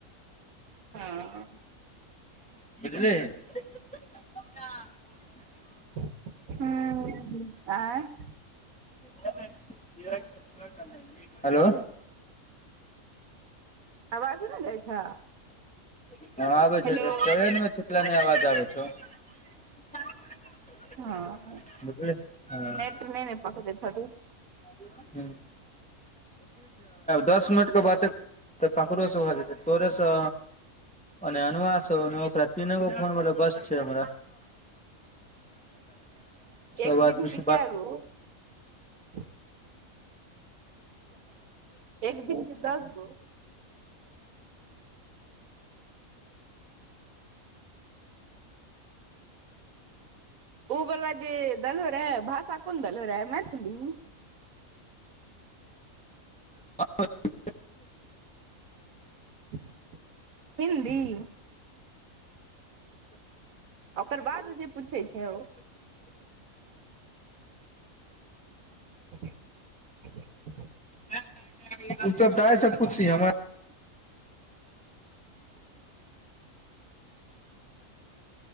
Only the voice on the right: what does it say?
हँ
<unintelligible>
आवाज नै जाइ छौ
हेलो
हँ <unintelligible>
एक विधि
केँ
कैय
गो <inaudible> <inaudible> एक दिन केँ दस गो उ बला जे दलहो रहे भाषा कोन देलहो रयहे मैथिली
<inaudible> हिन्दी <inaudible> <inaudible> ओकर बाद जे पूछे छै <unintelligible>